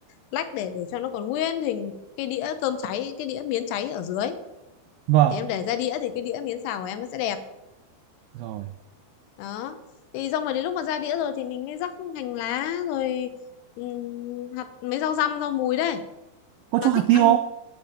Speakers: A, on the left (about 85°); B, on the right (about 85°).
A: lách để để cho nó còn nguyên hình cái đĩa cơm cháy cái đĩa miến cháy ở dưới
B: Vâng,
A: thì em để ra đĩa thì cái đĩa miến xào của em nó sẽ đẹp
B: rồi.
A: đó thì xong rồi đến lúc mà ra đĩa rồi thì mình mới rắc hành lá rồi ừm, hạt mấy rau răm rau mùi đấy
B: Có
A: mà
B: cho
A: thích
B: hạt
A: ăn
B: tiêu không?